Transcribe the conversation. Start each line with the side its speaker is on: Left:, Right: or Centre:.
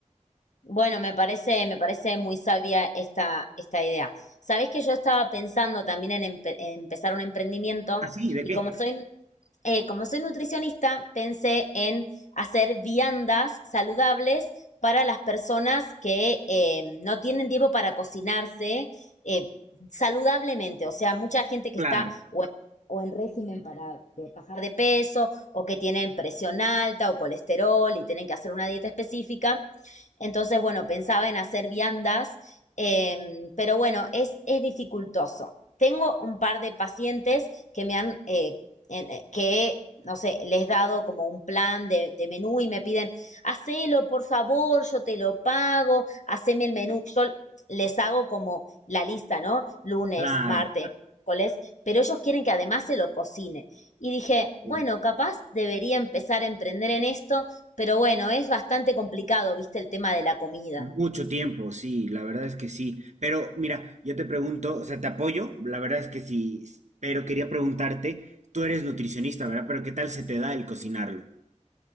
Left: Bueno, me parece, me parece muy sabia esta, esta idea. Sabés que yo estaba pensando también en, empe- en empezar un emprendimiento
Right: ¿Ah, sí? ¿De
Left: y
Right: qué?
Left: como soy eh, como soy nutricionista, pensé en hacer viandas saludables para las personas que eh, no tienen tiempo para cocinarse eh, saludablemente. O sea, mucha gente que
Right: Claro,
Left: está o en, o en régimen para de bajar de peso o que tienen presión alta o colesterol y tienen que hacer una dieta específica. Entonces, bueno, pensaba en hacer viandas, eh, pero bueno, es, es dificultoso tengo un par de pacientes que me han eh, en- eh, que, no sé, les he dado como un plan de, de menú y me piden, hacelo, por favor, yo te lo pago, haceme el menú. Yo les hago como la lista, ¿no? Lunes,
Right: claro.
Left: martes, miércoles, pero ellos quieren que además se lo cocine. Y dije, bueno,
Right: Sí.
Left: capaz debería empezar a emprender en esto, pero bueno, es bastante complicado, viste, el tema de la comida.
Right: Mucho tiempo, sí, la verdad es que sí. Pero mira, yo te pregunto, o sea, te apoyo, la verdad es que sí, pero quería preguntarte, tú eres nutricionista, ¿verdad? Pero ¿qué tal se te da el cocinarlo?